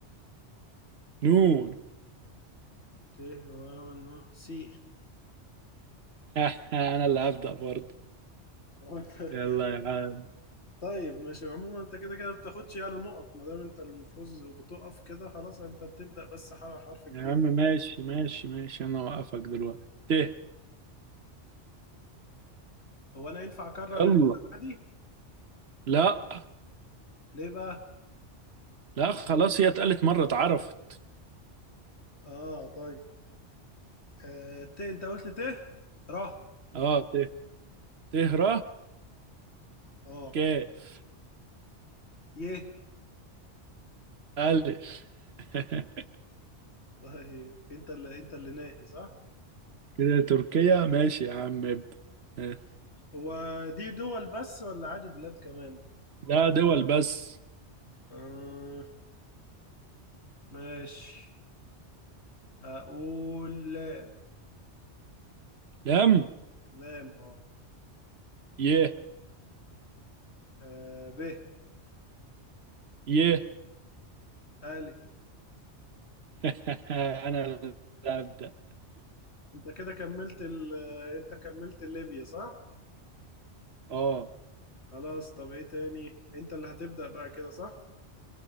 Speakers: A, on the right (about 60°); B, on the left (about 65°).
A: نون
B: ت واو نو سي
A: <laughs> انا اللي هبدأ برضه
B: هو أنت-
A: يلا يا عم
B: طيب ماشي عموما انت كده كده بتاخدش يعني نقط ما دام انت الفوز وبتقف كده خلاص انت بتبدأ بس حرف حرف جديدة
A: يا عم ماشي ماشي ماشي انا اوقفك دلوقتي ت
B: هو انا ينفع اكرر
A: يلا
B: البلد عادي؟
A: لا
B: ليه بقى؟
A: لا خلاص هي اتقالت مرة اتعرفت
B: اه طيب آه، ت انت قلت ت ره
A: اه ت ت ر
B: اه
A: كاف
B: يه
A: الف <laughs>
B: طيب انت اللي انت اللي ناهي صح
A: كده تركيا ماشي يا عم ابدأ آه.
B: هو دي دول بس ولا عادي بلاد كمان
A: لا دول بس
B: آه، ماشي هقول لام
A: لم
B: لام اه
A: ي
B: آه، ب
A: ي
B: ألف
A: <laughs> انا اللي هبدأ
B: انت كده كملت ال... انت كملت ليبيا صح
A: اه
B: خلاص طب ايه تاني انت اللي هتبدأ بقى كده صح